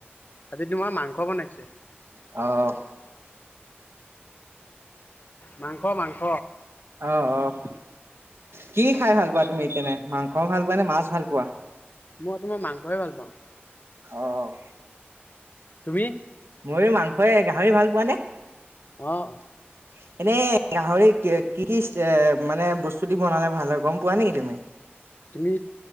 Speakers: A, on the left (about 45°); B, on the right (about 75°).
A: আজি তোমাৰ মাংস বনাইছো।
B: অ'
A: মাংস, মাংস
B: অ', অ', কি খাই ভাল পোৱা তুমি তেনে? মাংস ভাল পোৱানে, মাছ ভাল পোৱা?
A: মই তোমাৰ মাংসই ভাল পাওঁ।
B: অ'।
A: তুমি?
B: ময়ো মাংসই গাহৰি ভাল পোৱানে?
A: অ'।
B: <unintelligible> এনেই গাহৰি কি-কি এ, মানে বস্তু দি বনালে ভাল হয়, গম পোৱা নিকি তুমি?
A: তুমি